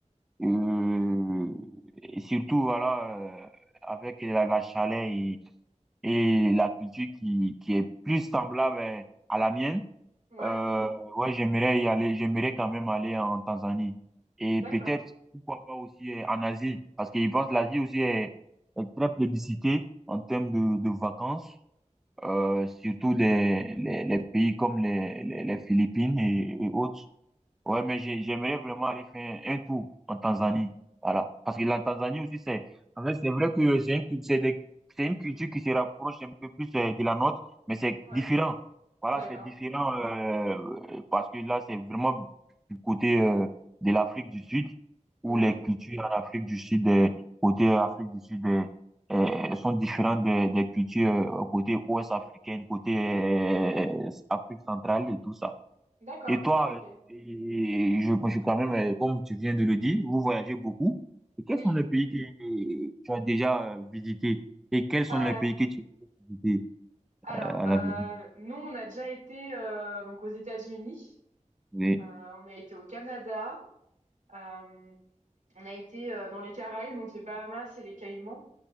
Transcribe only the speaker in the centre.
Euh, et surtout, voilà, euh, avec la, la chaleur et, et la culture qui, qui est plus semblable euh, à la mienne.
Euh, ouais, j'aimerais y aller, j'aimerais quand même aller en Tanzanie. Et
peut-être, pourquoi pas aussi euh, en Asie, parce que je pense que l'Asie aussi est, est très plébiscitée en termes de, de vacances euh, surtout les, les, les pays comme les, les, les Philippines et, et autres. Ouais, mais j'ai- j'aimerais vraiment aller faire un tour en Tanzanie. Voilà. Parce que la Tanzanie aussi, c'est, en fait, c'est vrai que c'est une, cul- c'est des- c'est une culture qui se rapproche un peu plus euh, de la nôtre, mais c'est
différent. Voilà,
c'est différent euh, parce que là, c'est vraiment du côté euh, de l'Afrique du Sud,
où les cultures en Afrique du Sud, euh, côté Afrique du Sud, euh, euh, sont différentes des des cultures euh, côté ouest africaine, côté euh, Afrique centrale et tout ça.
Et toi,
euh, et je pense que quand même, euh, comme tu viens de le dire, vous voyagez beaucoup. Et quels
sont les pays que tu as déjà euh, visités? Et quels sont
les pays que tu veux visiter
euh, à
l'avenir?
Oui.